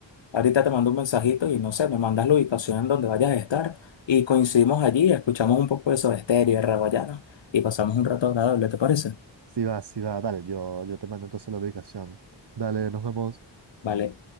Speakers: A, on the left; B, on the right.
A: ahorita te mando un mensajito y no sé, me mandas la ubicación en donde vayas a estar y coincidimos allí, escuchamos un poco de Soda Stereo y de Rawayana y pasamos un rato agradable, ¿te parece?
B: Sí va, sí va, dale, yo, yo te mando entonces la ubicación. Dale, nos vemos.
A: Vale.